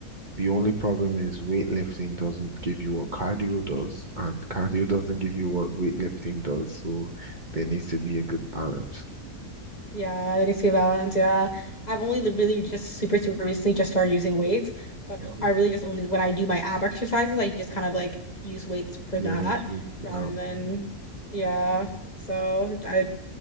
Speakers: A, on the right; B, on the left.
A: The only problem is weightlifting doesn't give you what cardio does, and cardio doesn't give you what weightlifting does. So there needs to be a good balance.
B: Yeah, that is a balance. Yeah. I've only li- really just super, super recently just started using weights, but
A: hmm
B: I really just only when I do my ab exercises, I just kind of like use weights for
A: Yeah,
B: that
A: I use weights for
B: rather
A: that.
B: than,
A: Mhm.
B: yeah. So I'm